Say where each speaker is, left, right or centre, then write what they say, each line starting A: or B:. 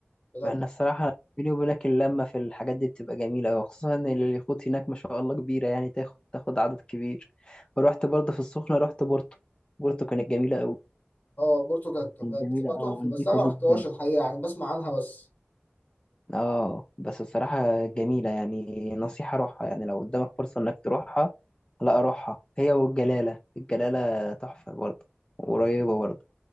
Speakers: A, on the left; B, on the left.
A: بجد
B: مع ان الصراحه بيني وبينك اللمه في الحاجات دي بتبقى جميله قوي خصوصا ان اليخوت هناك ما شاء الله كبيره يعني تاخد تاخد عدد كبير ورحت برضه في السخنه رحت بورتو بورتو كانت جميله قوي
A: اه بورتو كانت بتبقى
B: كانت جميله قوي
A: تحفة
B: ونضيفه
A: بس أنا ما رحتهاش
B: جدا
A: الحقيقة يعني بسمع عنها بس
B: اه بس الصراحه جميله يعني نصيحه روحها يعني لو قدامك فرصه انك تروحها لا روحها هي والجلاله الجلاله تحفه برضه وقريبه برضه